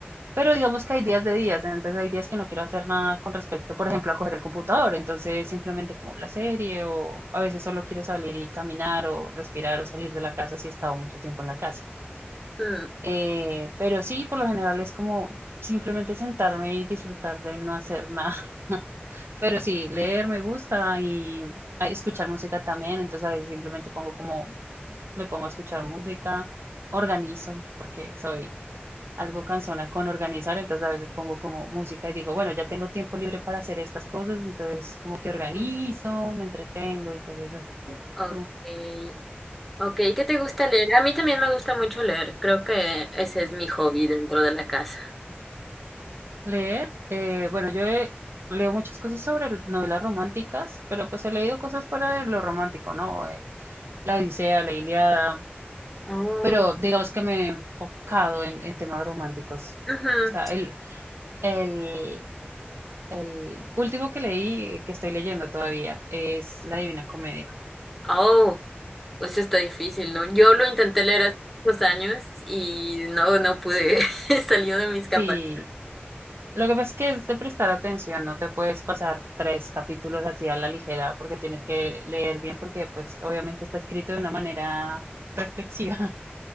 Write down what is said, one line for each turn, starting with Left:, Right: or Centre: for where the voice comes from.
Right: pero digamos que hay días de días, entonces hay días que no quiero hacer nada con respecto, por ejemplo, a coger el computador, entonces simplemente como la serie o a veces solo quiero salir y caminar o respirar o salir de la casa si he estado mucho tiempo en la casa.
Centre: Mm,
Right: Eh, pero sí, por lo general es como simplemente sentarme y disfrutar de no hacer nada. <laughs> Pero sí, leer me gusta y ah, escuchar música también, entonces a veces simplemente pongo como, me pongo a escuchar música, organizo, porque soy algo cansona con organizar, entonces a veces pongo como música y digo, bueno, ya tengo tiempo libre para hacer estas cosas, entonces como que organizo,
Centre: mm,
Right: me entretengo y cosas así.
Centre: Okay.
Right: ¿Tú?
Centre: Okay, ¿qué te gusta leer? A mí también me gusta mucho leer. Creo que ese es mi hobby dentro de la casa.
Right: Leer, eh, bueno, yo he- leo muchas cosas sobre l- novelas románticas, pero pues he leído cosas fuera de lo romántico, ¿no? Eh, la Odisea, la Ilíada,
Centre: Oh,
Right: pero digamos que me he enfocado en, en temas románticos.
Centre: ujú.
Right: O sea, el, el, el último que leí, eh, que estoy leyendo todavía, es La Divina Comedia.
Centre: Oh, pues eso está difícil, ¿no? Yo lo intenté leer hace muchos años y no, no pude. <laughs> Salió de mis
Right: Sí,
Centre: capacidades.
Right: lo que pasa es que es de prestar atención, no te puedes pasar tres capítulos así a la ligera porque tienes que leer bien porque pues obviamente está escrito de una manera reflexiva.